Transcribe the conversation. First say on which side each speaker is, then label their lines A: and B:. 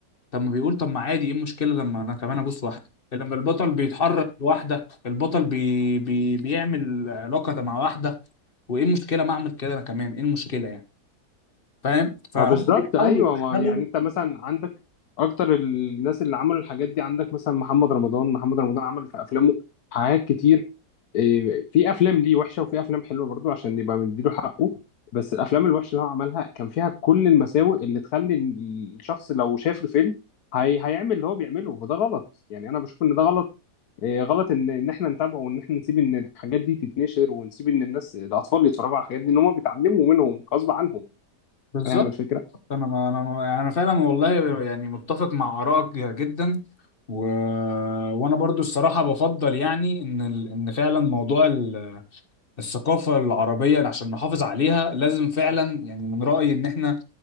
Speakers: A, on the left; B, on the left.
A: طب ما بيقول طب ما عادي ايه المشكله لما انا كمان ابوس واحده لما البطل بيتحرك لواحده البطل بي بي بيعمل علاقه مع واحده وايه المشكله ما اعمل كده انا كمان ايه المشكله يعني فاهم فهم
B: ما بالظبط
A: بيحاولوا
B: ايوه
A: يدخلوا
B: ما يعني انت مثلا عندك اكتر الناس اللي عملوا الحاجات دي عندك مثلا محمد رمضان محمد رمضان عمل في افلامه حاجات كتير إيه، في افلام ليه وحشه وفي افلام حلوه برضو عشان نبقى مديله حقه بس الافلام الوحشه اللي هو عملها كان فيها كل المساوئ اللي تخلي الشخص لو شاف الفيلم هي هيعمل اللي هو بيعمله وده غلط يعني انا بشوف ان ده غلط إيه، غلط ان ان احنا نتابعه وان احنا نسيب ان الحاجات دي تتنشر ونسيب ان الناس الاطفال يتفرجوا على الحاجات دي ان هم بيتعلموا منهم غصب عنهم
A: بالظبط
B: فاهم الفكره
A: انا ما انا ما يعني انا فعلا والله يعني متفق مع ارائك جدا و... وانا برضو الصراحه بفضل يعني ان ال... ان فعلا موضوع ال... الثقافه العربيه عشان نحافظ عليها لازم فعلا يعني من رايي ان احنا